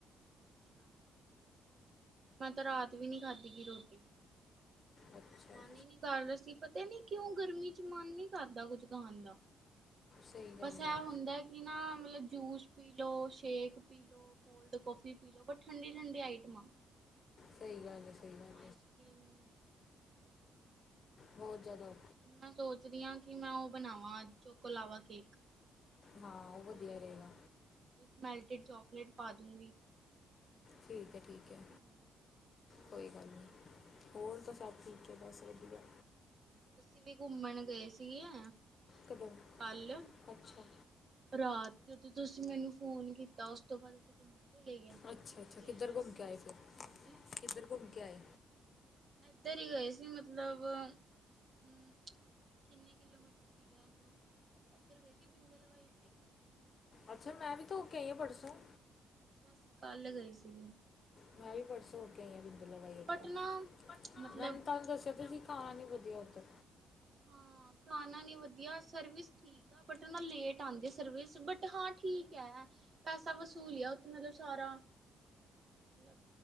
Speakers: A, on the right (about 40°); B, on the left (about 45°).
A: ਅੱਛਾ ਮੈਂ ਤਾਂ ਰਾਤ ਵੀ ਨਹੀਂ। ਖਾਧੀ ਗਈ ਰੋਟੀ।
B: ਅੱਛਾ ਅੱਛਾ।
A: ਮਨ ਹੀ ਨਹੀਂ ਕਰਦਾ ਸੀ। ਪਤਾ ਨੀ ਕਿਉਂ ਗਰਮੀ ਚ ਮਨ ਨੀ ਕਰਦਾ ਕੁੱਝ ਖਾਣ ਦਾ।
B: ਸਹੀ ਗੱਲ
A: ਬਸ, ਏ
B: ਹੈ।
A: ਹੁੰਦਾ, ਕਿ ਨਾ ਮਤਲਬ ਜੂਸ ਪੀ ਲੋ, ਸ਼ੇਕ ਪੀ ਲੋ ਕੋਲਡ -ਕੋਫੀ ਪੀ ਲੋ ਬਟ ਠੰਡੀ, ਠੰਡੀ ਆਈਟਮਾਂ
B: ਸਹੀ ਗੱਲ ਏ- ਸਹੀ ਗੱਲ
A: ਈਸ ਕਰ੍ਰੀਮ।
B: ਬੋਤ ਜਾਦਾ
A: ਹੁਣ ਮੈਂ ਸੋਚਰੀ ਆ ਕਿ ਮੈਂ ਓ ਬਣਾਵਾ, ਚੋਕੋ ਲਾਵਾ ਕੇਕ
B: ਹਾਂ ਉਹ ਵਧੀਆ
A: ਓਰੀਓ
B: ਰਹੇਗਾ
A: ਵਾਲਾ, ਵਿੱਚ ਮੈਲਟਿਡ ਚੋਕਲੇਟ ਪਾ ਦੂਗੀ।
B: ਠੀਕ ਹੈ- ਠੀਕ
A: ਹਮ,
B: ਹੈ
A: ਹੋਰ
B: ਕੋਈ
A: ਦੱਸੋ
B: ਗੱਲ ਨੀ। ਹੋਰ ਤਾਂ ਸਭ ਠੀਕ ਹੈ, ਬਸ ਵਧੀਆ।
A: ਅਸੀਂ ਵੀ ਘੁੰਮਣ ਗਏ ਸੀਗੀ ਆ
B: ਕਦੋਂ
A: ਕੱਲ
B: ਅੱਛਾ
A: ਰਾਤ ਜਦੋਂ ਤੁਸੀਂ ਮੈਨੂੰ ਫੋਨ ਕੀਤਾ, ਓਸ ਤੋਂ ਬਾਦ ਅਸੀਂ ਘੁੰਮਣ ਚਲੇ ਗਏ
B: ਅੱਛਾ-ਅੱਛਾ
A: ਫਿਰ
B: ਕਿੱਧਰ ਘੁੰਮ
A: ਹਾਂਜੀ
B: ਕੇ ਆਏ ਫੇਰ, ਕਿੱਧਰ ਘੁੰਮ ਕੇ ਆਏ?
A: ਏੱਧਰ ਈ ਗਏ ਸੀ ਮਤਲਬ ਹੂੰ ਕਿੰਨੇ ਕਿਲੋਮੀਟਰ ਸੀਗਾ ਇਦੋਂ ਇੱਧਰ ਗਏ ਸੀ ਬਿੰਦਲ ਹਵਾਈ ਅੱਡੇ।
B: ਅੱਛਾ, ਮੈਂ ਵੀ ਤਾਂ ਹੋ ਕੇ ਆਈ ਆ ਪਰਸੋ।
A: ਤੇ ਅਸੀਂ ਕੱਲ ਗਏ ਸੀਗੇ।
B: ਮੈਂ ਵੀ ਪਰਸੋਂ ਹੋ ਕੇ ਆਈ ਆ ਬਿੰਦਲ ਹਵਾਈ ਅਡਾ,
A: ਬਟ ਨਾ ਮਤਲਬ
B: ਮੈ ਤੁਹਾਨੂੰ ਦੱਸਿਆ ਤਾ ਸੀਂ। ਖਾਨਾ ਨੀ ਵਧੀਆ ਓੱਧਰ।
A: ਹਾਂ, ਖਾਣਾ ਨੀ ਵਧੀਆ, ਸਰਵਿਸ ਠੀਕ ਬਟ ਨਾ ਲੇਟ ਆੱਦੀ ਏ ਸਰਵਿਸ, ਬਟ ਹਾਂ ਠੀਕ ਹੈ। ਪੈਸਾ ਵਸੂਲ ਈ ਐ ਓੱਥੇ ਮਤਲਬ ਸਾਰਾ। ਮਲਬ